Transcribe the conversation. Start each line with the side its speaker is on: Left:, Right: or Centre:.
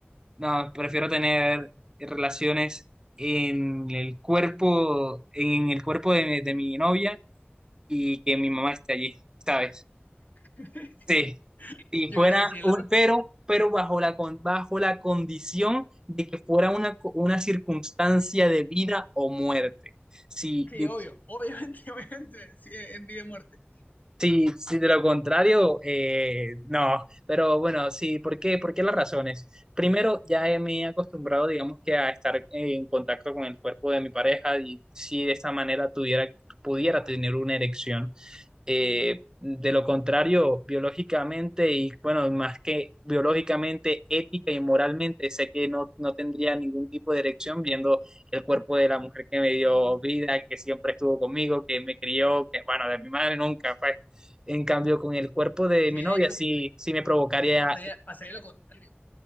Right: No, prefiero tener relaciones en el cuerpo, en el cuerpo de, de mi novia y que mi mamá esté allí, ¿sabes?
Left: <laughs>
Right: Sí. Si
Left: Yo
Right: fuera
Left: creo que sí es
Right: un,
Left: la mejor.
Right: pero, pero bajo la, con- bajo la condición de que fuera una, co- una circunstancia de vida o muerte. Si
Left: Sí, obvio, obviamente, <laughs> obviamente, sí, en vida y muerte.
Right: Sí, sí, de lo contrario, eh, no. Pero bueno, sí, ¿por qué? ¿Por qué las razones? Primero, ya he- me he acostumbrado, digamos que a estar en contacto con el cuerpo de mi pareja y si de esta manera tuviera, pudiera tener una erección. Eh, de lo contrario, biológicamente y bueno, más que biológicamente, ética y moralmente, sé que no, no tendría ningún tipo de erección viendo el cuerpo de la mujer que me dio vida, que siempre estuvo conmigo, que me crió, que bueno, de mi madre nunca fue. En cambio, con el cuerpo de
Left: Sí,
Right: mi novia
Left: de hecho,
Right: sí,
Left: de,
Right: sí me provocaría.
Left: de hecho pasaría, pasaría lo contrario.